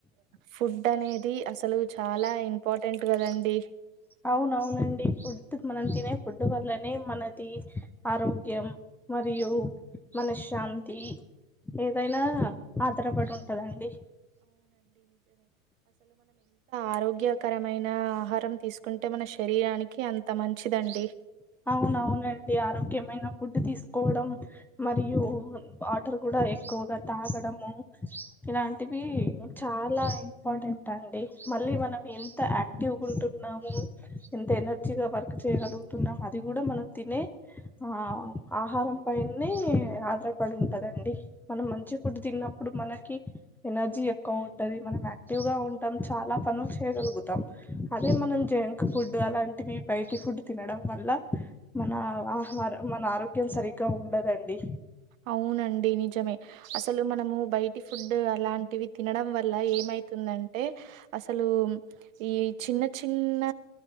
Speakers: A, on the right; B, in the centre.
A: ఫుడ్ అనేది అసలు చాలా ఇంపార్టెంట్ కదండి
B: అవున అవునండి ఫుడ్ మనం తినే ఫుడ్ వల్లనే మనది ఆరోగ్యం మరియు మనశ్శాంతి ఏదైనా ఆధారపడి ఉంటందండి
A: ఆరోగ్య కరమైన ఆహారం తీసుకుంటే మన శరీరానికి అంత మంచిదండి
B: అవునవునండి ఆరోగ్యమైన ఫుడ్ తీసుకోవడం మరియు వాటర్ కూడా ఎక్కువగా తాగడము ఇలాంటివి చాలా ఇంపార్టెంట్ తంటా అండి మళ్ళీ మనం ఆక్టివ్ ఉంటున్నాము ఎంత ఎనర్జీగా వర్క్ చేయగలుగుతున్నా అది కూడా మనం తినే ఆ ఆహారం పని ఆదర పడి ఉంటదండి మనం మంచి ఫుడు తిన్నప్పుడు మనకి ఎనర్జీ ఎక్కువ ఉంటంది మనం యాక్టివ్ గా ఉంటాం చాలా పనులు చేయగలుగు తం అదే మనం జంక్ ఫుడ్ అలాంటివి బయటి ఫుడ్ తినడం వల్ల మన ఆహార మన ఆరోగ్యం సరిగ్గా ఉండదండి
A: అవునండి నిజమే అసలు మనము బయటి ఫుడ్ అలాంటివి తినడం వల్ల ఏమైతుందంటే అసలు ఈ చిన్న చిన్న